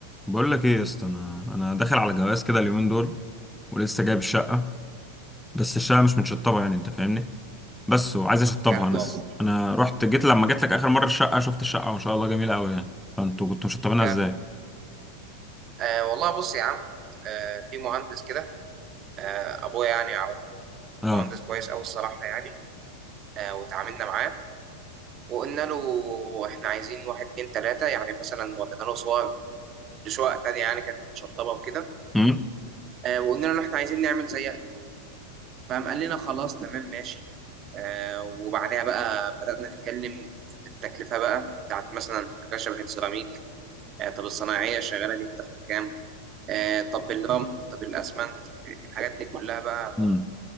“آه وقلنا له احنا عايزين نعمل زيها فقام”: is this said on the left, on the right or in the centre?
Right